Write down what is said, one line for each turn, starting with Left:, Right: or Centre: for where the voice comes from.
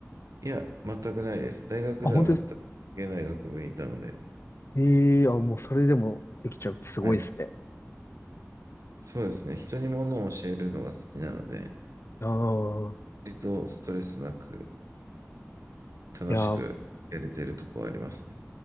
Right: いや、全くないです。大学では全く関係ない学部にいたので、
Left: あ、本当ですかええー、あ、もうそれでもできちゃうってすごいですね。
Right: はい。そうですね。人に物を教えるのが好きなので、
Left: ああ、
Right: 割とストレスなく、楽しくやれてるとこはありますね。
Left: いやー、